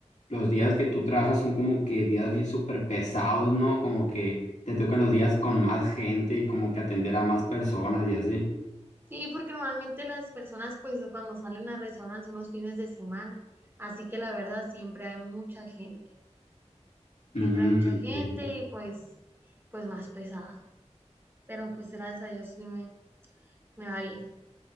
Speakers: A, on the left; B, on the right.
A: los días que tú trabajas son como que días bien súper pesados, ¿no? Como que te tocan los días con más gente y como que atender a más personas y así.
B: Sí, porque normalmente las personas pues cuando salen a restaurantes son los fines de semana, así que la verdad siempre hay mucha gente,
A: Mm,
B: siempre hay mucha gente
A: ok.
B: y pues pues más pesada, pero pues gracias a Dios sí me, me va bien.